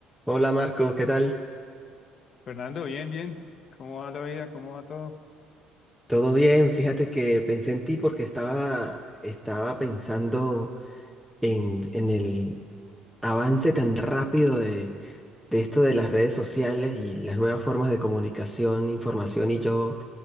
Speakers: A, in the centre; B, on the left (about 35°).
A: Hola Marco, ¿qué tal?
B: Fernando, bien, bien. ¿Cómo va la vida? ¿Cómo va todo?
A: ¿Todo bien? Fíjate que pensé en ti porque estaba, estaba pensando en, en el avance tan rápido de, de esto de las redes sociales y las nuevas formas de comunicación, información y yo